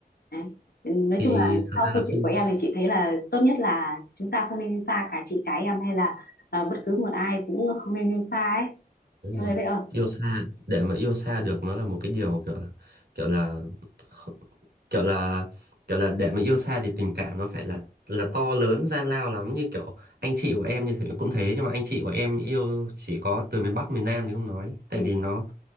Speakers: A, on the left; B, on the right.
A: đấy. Nói
B: thì
A: chung là sau
B: thật ra
A: câu
B: là
A: chuyện
B: khi
A: của em thì chị thấy là tốt nhất là chúng ta không nên yêu xa cả chị cả em hay là ờ, bất cứ một ai cũng không nên yêu xa ấy
B: đúng
A: em
B: rồi
A: thấy vậy không
B: yêu xa để mà yêu xa được nó là một cái điều kiểu là kiểu là kh- kiểu là kiểu là để mà yêu xa thì tình cảm nó phải là là to lớn gian lao lắm như kiểu anh chị của em như thế cũng thế nhưng mà anh chị của em yêu chỉ có từ miền Bắc miền Nam thì không nói tại
A: ừ,
B: vì nó